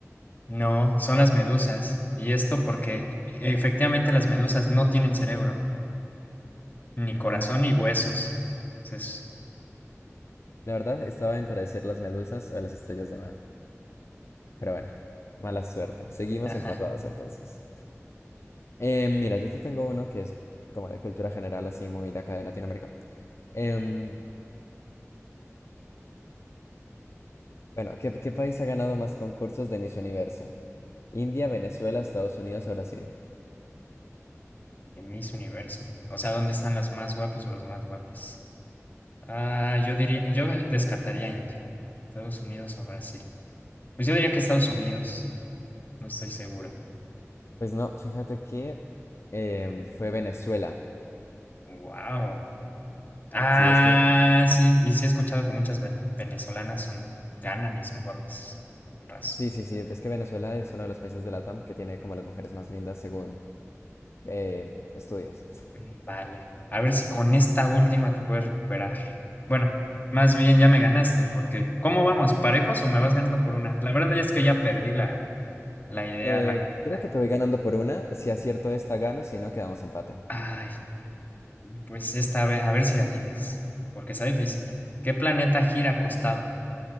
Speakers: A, on the left; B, on the left.
A: No, son las medusas. Y esto porque e-, efectivamente las medusas no tienen cerebro, ni
B: Ah,
A: corazón ni huesos. Entonces,
B: la verdad, estaba entre decir las medusas o las estrellas de mar. Pero bueno, mala suerte. Seguimos
A: <laughs> ajá,
B: empatados entonces. Eh, mira, yo te tengo uno que es como de cultura general, así muy de acá de Latinoamérica. Em, bueno, ¿qué, qué país ha ganado más concursos de Miss Universo? ¿India, Venezuela, Estados Unidos o Brasil?
A: de Miss Universo. O sea, ¿dónde están los más guapos o los más guapas? Ah, yo diría, yo descartaría India, Estados Unidos o Brasil. Pues yo diría que Estados Unidos, no estoy segura.
B: Pues no, fíjate que em, fue Venezuela.
A: Wow. Ah,
B: Sí, es que,
A: sí, y sí he escuchado que muchas ve- venezolanas son, ganan y son guapas, con razón.
B: sí, sí, sí, es que Venezuela es uno de los países de LATAM que tiene como las mujeres más lindas según em, estudios. <laughs>
A: Mm, Vale, a ver si con esta última te puedes recuperar. Bueno, más bien ya me ganaste, porque ¿cómo vamos? ¿Parejos o me vas ganando por una? La verdad es que ya perdí la, la idea,
B: Eh,
A: la cuenta.
B: creo que te voy ganando por una. Si acierto esta, gano, si no, quedamos empate.
A: Ay, pues esta, vez a ver si le atinas, porque está difícil. ¿Qué planeta gira acostado?